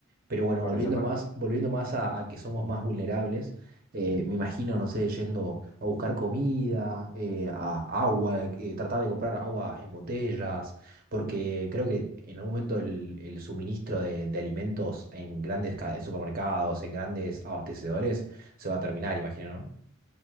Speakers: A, on the right; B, on the left.
A: Pero bueno,
B: por
A: volviendo
B: esa parte,
A: más, volviendo más a, a que somos más vulnerables, eh, me imagino, no sé, yendo a buscar comida, eh, a agua, eh, tratar de comprar aguas en botellas, porque creo que en algún momento el, el suministro de, de alimentos en grandes ca- supermercados, en grandes abastecedores, se va a terminar, imagino, ¿no?